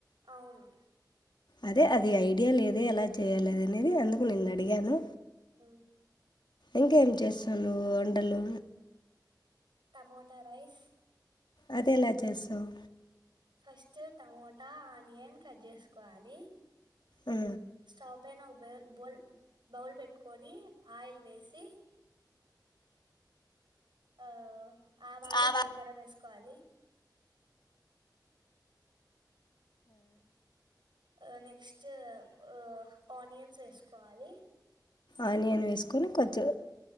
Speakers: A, on the right; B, on the left.
A: అవును
B: అదే అది ఐడియా లేదే ఎలా చేయాలద అనేది అందుకు నిన్ను అడిగాను
A: అ
B: ఇంకా ఏం చేస్తావు నువ్వు వంటలు
A: టమోటా రైస్
B: అదే ఎలా చేస్తావ్
A: ఫస్ట్ టమోటా ఆనియన్ కట్ చేసుకోవాలి
B: ఆ
A: స్టాపయినా ఉబేర్ బోల్ బౌల్ పెట్టుకొని ఆయిల్ వేసి ఆ ఆవాళు
B: ఆవా
A: జీలకర్ర వేసుకోవాలి ఆ ఆ నెక్స్ట్ ఆ ఆనియన్స్ వేసుకోవాలి
B: ఆనియన్ వేసుకొని కొంచెం